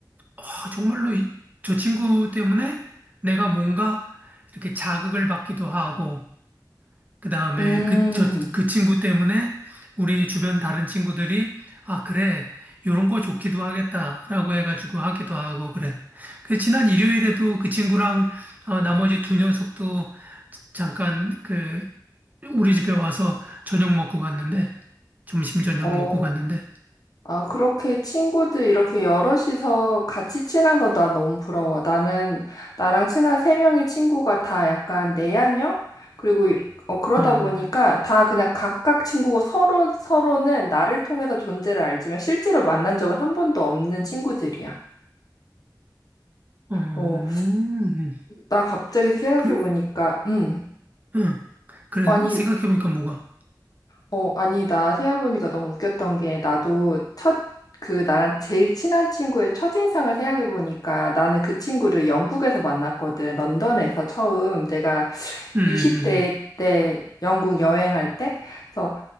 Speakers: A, on the right; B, on the left.
A: 아, 정말로 이- 저 친구 때문에 내가 뭔가 이렇게 자극을 받기도 하고, 그 다음에
B: 음,
A: 그, 저, 그 친구 때문에 우리 주변 다른 친구들이 아, 그래. 요런 거 좋기도 하겠다라고 해가지고 하기도 하고 그래. 그 지난 일요일에도 그 친구랑 어, 나머지 두 녀석도 잠깐 그 우리 집에 와서 저녁 먹고 갔는데 점심 저녁
B: 어.
A: 먹고 갔는데
B: 아, 그렇게 친구들 이렇게 여럿이서 같이 친한 거 나 너무 부러워. 나는 나랑 친한 세 명의 친구가 다 약간 내향형? 그리고 이- 어, 그러다
A: 어,
B: 보니까 다 그냥 각각 친구고 서로 서로는 나를 통해서 존재를 알지만 실제로 만난 적은 한 번도 없는 친구들이야.
A: 어, 음,
B: 어, 나 갑자기 생각해
A: 그래,
B: 보니까, 음,
A: 응, 그래
B: 아니.
A: 생각해보니까 뭐가,
B: 어, 아니, 나 생각해보니까 너무 웃겼던 게, 나도 첫, 그, 나랑 제일 친한 친구의 첫인상을 생각해보니까, 나는 그 친구를 영국에서 만났거든. 런던에서 처음. 내가
A: 음, 음,
B: 20대
A: 음.
B: 때 영국 여행할 때. 그래서